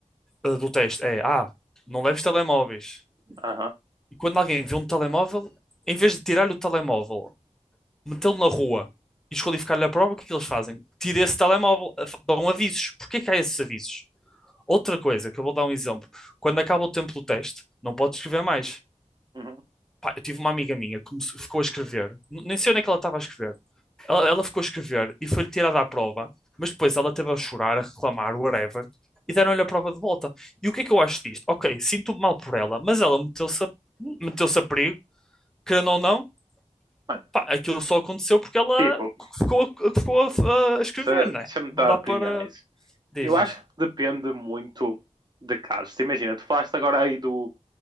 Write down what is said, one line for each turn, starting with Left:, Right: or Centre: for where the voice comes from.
Centre: eh, do teste é, ah, não leves telemóveis.
Right: Aham.
Centre: E quando alguém vê um telemóvel, em vez de tirar-lhe o telemóvel, metê-lo na rua e desqualificar-lhe a prova, o que é que eles fazem? Tira esse telemóvel, af- dão avisos. Porquê que há esses avisos? Outra coisa, que eu vou dar um exemplo. Quando acaba o tempo do teste, não pode escrever mais.
Right: Uhum.
Centre: Pá, eu tive uma amiga minha que come- ficou a escrever, N- nem sei onde é que ela estava a escrever. Ela, ela ficou a escrever e foi-lhe tirada a prova, mas depois ela esteve a chorar, a reclamar, whatever, e deram-lhe a prova de volta. E o que é que eu acho disto? Ok, sinto-me mal por ela, mas ela meteu-se a, meteu-se a perigo, querendo ou não,
Right: Mano,
Centre: Pá, aquilo só aconteceu porque ela
Right: tipo,
Centre: ficou, a- ficou a, a escrever,
Right: deixa-
Centre: né?
Right: deixa-me dar
Centre: Não dá
Right: a opinião
Centre: para.
Right: nisso.
Centre: Dizes.
Right: Eu acho que depende muito de casos. Te imagina, tu falaste agora aí do